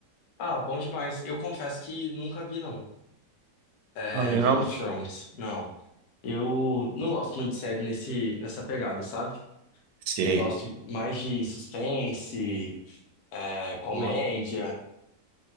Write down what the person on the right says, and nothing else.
Não viu,
não?
Sei.
Pô,